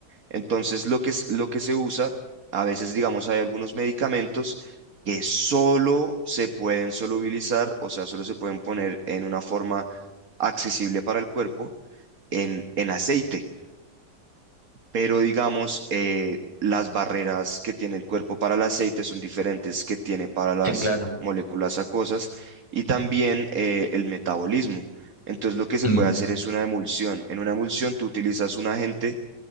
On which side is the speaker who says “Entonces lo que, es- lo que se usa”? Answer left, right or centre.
Right